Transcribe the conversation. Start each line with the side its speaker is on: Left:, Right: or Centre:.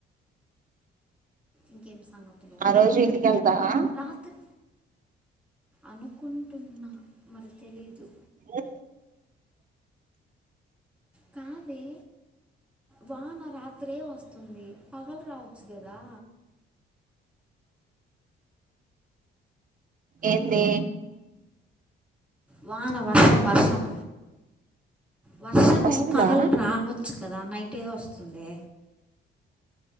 Centre: ఇంకేం సంగతులు
Right: ఆ రోజు ఇంటికి వెళ్తావా
Centre: రాత్రి అనుకుంటున్నా మరి తెలీదు
Right: ఆ
Centre: కాదే వాన రాత్రే వస్తు అతుంది పగలు రావచ్చు కదా
Right: ఏందే
Centre: హలో వాన వర్షం వర్షం వర్షము
Right: వస్తుందా
Centre: పగలు రావచ్చు కదా నైటే వస్తుంది